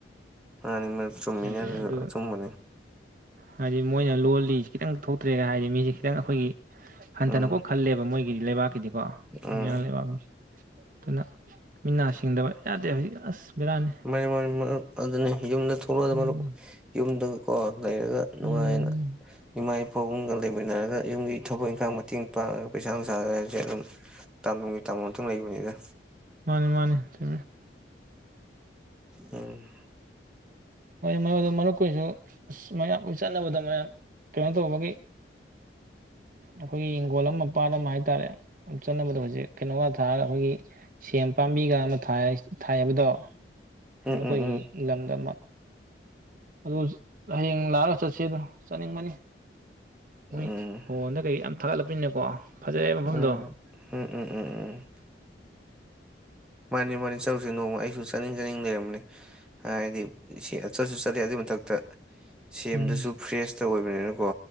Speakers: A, in the centre; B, on the right (about 45°).
A: ꯃꯥꯅꯤ ꯃꯔꯨꯞ ꯆꯨꯝꯃꯤꯅꯦ
B: ꯑꯗꯩ
A: ꯑꯗꯨꯁꯨ
B: ꯑꯗꯨ
A: ꯑꯆꯨꯝꯕꯅꯤ
B: ꯍꯥꯏꯗꯤ ꯃꯣꯏꯅ ꯂꯣꯜꯂꯤꯁꯤ ꯈꯤꯇꯪ ꯊꯣꯛꯇ꯭ꯔꯦꯒ ꯍꯥꯏꯗꯤ ꯃꯤꯁꯦ ꯈꯤꯇꯪ ꯑꯩꯈꯣꯏꯒꯤ ꯍꯟꯊꯅꯀꯣ
A: ꯎꯝ
B: ꯈꯜꯂꯦꯕ ꯃꯣꯏꯒꯤ ꯂꯩꯕꯥꯛ ꯗꯤꯀꯣ
A: ꯎꯝ
B: ꯃꯤꯌꯥꯡ ꯂꯩꯕꯥꯛ ꯑꯗꯨꯅ ꯃꯤꯅꯥ ꯁꯤꯡꯗꯕ ꯌꯥꯗ ꯍꯥꯏ ꯑꯁ ꯕꯦꯔꯥꯅꯤ
A: ꯃꯥ ꯃꯥ ꯑꯗꯨꯅꯤ ꯌꯨꯝꯗ ꯀ ꯑꯗꯨ
B: ꯎꯝ
A: ꯌꯨꯝꯗꯒꯀꯣ ꯂꯩꯔꯒ ꯅꯨꯡꯉꯥꯏꯅ
B: ꯎꯝ
A: ꯏꯃꯥ ꯏ ꯐꯐꯕꯨꯝꯒ ꯂꯩꯃꯤꯟꯅꯔꯒ ꯌꯨꯝꯒꯤ ꯊꯕꯛ ꯏꯪꯈꯥꯡ ꯃꯇꯦꯡ ꯄꯥꯡꯉꯒ ꯄꯩꯁꯥ ꯅꯨꯡꯁꯥꯗ ꯍꯥꯏꯁꯦ ꯑꯗꯨꯝ ꯇꯥꯝ ꯅꯨꯡꯒꯤ ꯇꯥꯃ ꯑꯃꯇꯪ ꯂꯩꯕꯅꯤꯅ
B: ꯃꯥꯅꯤ ꯃꯥꯅꯤ ꯇ
A: ꯎꯝ ꯎꯝ
B: ꯃꯗ ꯃꯔꯨꯞ ꯀꯨꯁꯨ ꯑ ꯃꯌꯥꯝ ꯆꯠꯅꯕꯗ ꯃꯌꯥꯝ ꯀꯩꯅꯣ ꯇꯧꯕꯒꯤ ꯑꯩꯈꯣꯏꯒꯤ ꯍꯤꯡꯈꯣꯜ ꯑꯃ ꯄꯥꯠ ꯑꯃ ꯍꯥꯏꯇꯥꯔꯦ ꯆꯅꯕꯗ ꯍꯧꯖꯤꯛ ꯀꯩꯅꯣꯒ ꯊꯥꯔꯒ ꯑꯩꯈꯣꯏꯒꯤ ꯁꯦꯝ ꯄꯥꯝꯕꯤꯒ ꯑꯃ ꯊꯥꯏ ꯊꯥꯏ ꯍꯥꯏꯕꯗꯣ
A: ꯎꯝ
B: ꯃꯔꯨꯞꯣꯏꯒꯤ
A: ꯎꯝ ꯎꯝ
B: ꯂꯝꯗ ꯑꯗꯨ ꯍꯌꯦꯡ ꯂꯥꯛꯑꯒ ꯆꯠꯁ ꯑꯗꯣ ꯆꯠꯅꯤꯡꯕꯅꯤ ꯃꯣꯏ
A: ꯎꯝ
B: ꯐꯣꯟꯗ ꯀꯩ ꯌꯥꯝ ꯊꯥꯒꯠꯂꯛꯄꯅꯤꯅꯀꯣ
A: ꯎꯝ
B: ꯐꯖꯩ ꯃꯐꯝꯗꯣ
A: ꯎꯝ ꯎꯝ ꯎꯝ ꯎꯝ ꯃꯥꯅꯤ ꯃꯥꯅꯤ ꯆꯠꯔꯨꯁꯤꯦ ꯅꯣꯡꯃ ꯑꯩꯁꯨ ꯆꯥꯅꯤꯡ ꯆꯥꯅꯤꯡ ꯂꯩꯔꯝꯅꯤ ꯍꯥꯏꯗꯤ ꯁꯤ ꯆꯠꯁꯨ ꯆꯠꯂꯤ ꯑꯗꯨꯏ ꯃꯊꯛꯇ ꯁꯦꯝꯗꯨꯁꯨ
B: ꯎꯝ
A: ꯐ꯭ꯔꯦꯁꯇ ꯑꯣꯏꯕꯅꯤꯅꯀꯣ